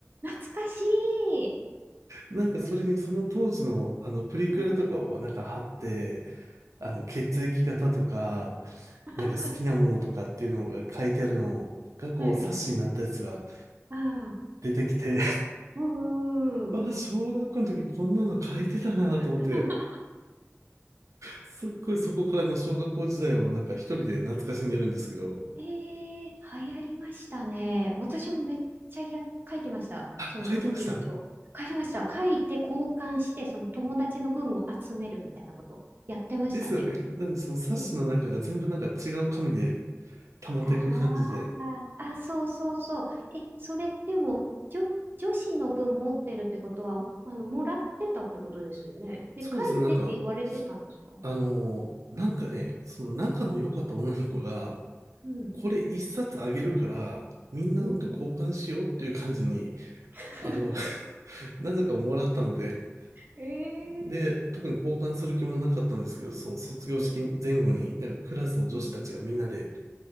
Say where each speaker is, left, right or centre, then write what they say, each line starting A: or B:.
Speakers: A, on the right; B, on the right.
A: 懐かしい
B: なんかそれにその当時のあの、
A: でき、
B: プリクラとかをなんか貼って、
A: はい。
B: あの、血液型とか、
A: <laughs>
B: なんか好きなものとかっていうのが書いてあるのが、こう、
A: はい。
B: 冊子になったやつが
A: ああ、
B: 出てきて
A: うんうんうん。
B: あ、小学校の時こんなの書いてたなと思って、
A: <laughs>
B: すっごいそこからの小学校時代をなんか一人で懐かしんでるんですけど、
A: ええー、流行りましたね。私もめっちゃや、書いてました。
B: あ、
A: そのプロフィール帳。
B: 書いてました
A: 書いてました。書いて交換して、その友達の分を集めるみたいなことやってましたね。
B: ですよね。なんでその冊子の中が全部なんか違う紙で
A: うん
B: 溜まっていく感じで。
A: ああ、あ、そうそうそう。え、それ、でも、女、女子の分持ってるってことは、あの、もらってたってことですよね。で、
B: そうですね、
A: 書いてって言われてたんですか
B: なんか、あのーなんかね、その仲の良かった女の子が、
A: うん、
B: これ一冊あげるから、みんなのと交換しようっていう感じに、
A: うん。<laughs>
B: あの、<laughs> なぜかもらったので、
A: ええー
B: で、特に交換する気もなかったんですけど、その卒業式前後に、
A: うん、
B: なんかクラスの女子たちがみんなで、
A: うん。